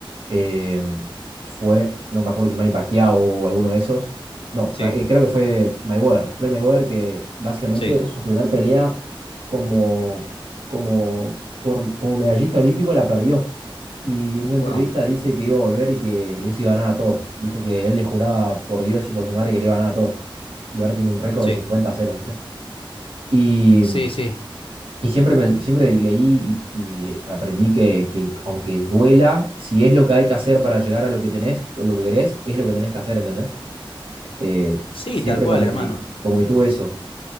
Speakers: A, on the right; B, on the left.
A: eh, fue, no me acuerdo si Manny Pacquiao o alguno de esos. No,
B: Sí,
A: ma- eh, creo que fue Mayweather, Floyd Mayweather, que básicamente
B: sí.
A: su primer pelea como, como, por, como medallista olímpico la perdió. Y en una entrevista
B: Wow,
A: dice que iba a volver y que les iba a ganar a todos. Dijo que él le juraba por Dios y por su madre que le iba a ganar a todos. Y ahora tiene un récord
B: sí.
A: de cincuenta a 0, ¿viste? Y
B: Sí, sí,
A: y siempre, me- siempre leí y, y aprendí que, que aunque duela, si es lo que hay que hacer para llegar a lo que tenés o lo que querés, es lo que tenés que hacer, ¿entendés? Eh,
B: sí,
A: siempre
B: tal cual,
A: como
B: hermano.
A: que, como que tuve eso.